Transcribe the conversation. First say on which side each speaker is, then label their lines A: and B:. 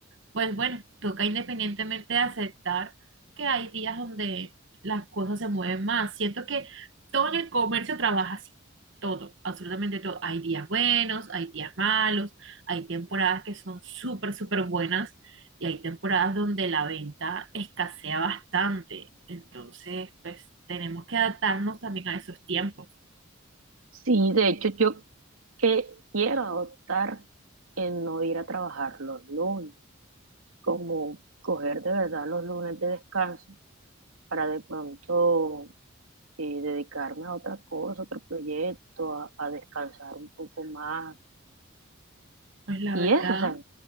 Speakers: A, on the right; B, on the right.
A: pues bueno, toca independientemente aceptar que hay días donde las cosas se mueven más. Siento que todo en el comercio trabaja así, todo, absolutamente todo. Hay días buenos, hay días malos, hay temporadas que son súper, súper buenas y hay temporadas donde la venta escasea bastante. Entonces, pues tenemos que adaptarnos también a esos tiempos.
B: Sí, de hecho, yo que quiero adoptar en no ir a trabajar los lunes, como coger de verdad los lunes de descanso para de pronto eh, dedicarme a otra cosa, otro proyecto, a, a descansar un poco más
A: Pues la
B: y
A: verdad.
B: eso, o sea,